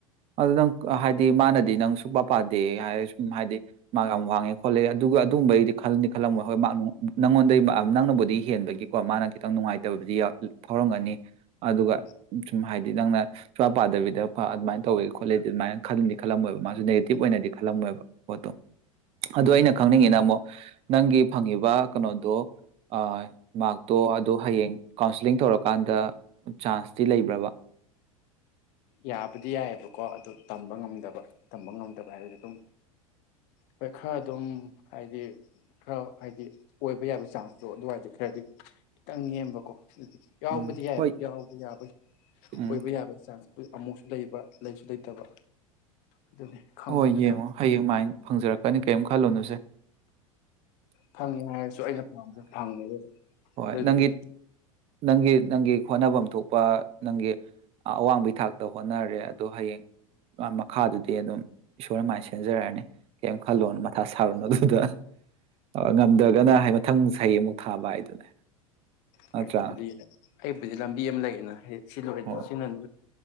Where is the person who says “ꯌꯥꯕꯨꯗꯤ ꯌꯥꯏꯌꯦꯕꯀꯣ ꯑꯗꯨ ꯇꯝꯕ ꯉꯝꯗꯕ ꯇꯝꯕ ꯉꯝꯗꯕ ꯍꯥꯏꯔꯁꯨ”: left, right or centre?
Left